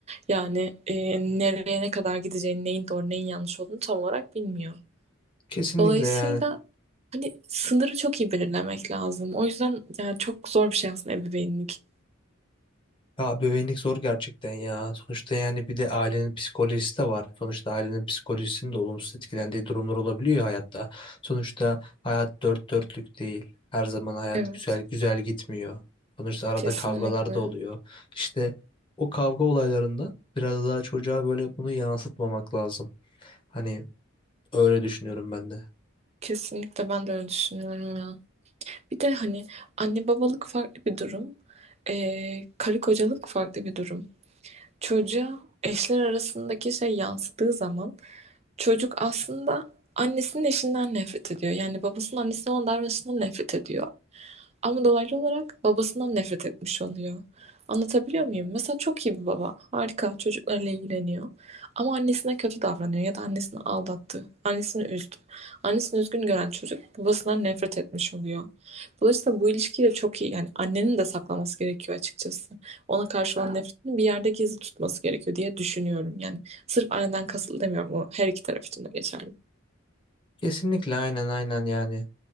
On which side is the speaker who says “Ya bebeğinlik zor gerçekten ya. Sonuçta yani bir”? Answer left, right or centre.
Left